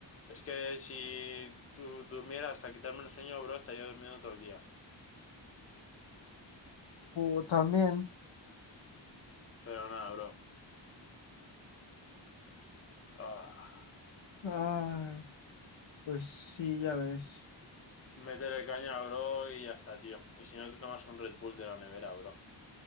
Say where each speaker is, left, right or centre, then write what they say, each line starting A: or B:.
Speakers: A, on the left (about 30°); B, on the left (about 85°).
A: Es que si tú durmieras hasta quitarme el sueño, bro, estaría durmiendo todo el día.
B: uh, también.
A: Pero nada, bro. Ah,
B: Ay, pues sí, ya ves.
A: métele caña, bro, y ya está, tío. Y si no, te tomas un Red Bull de la nevera, bro.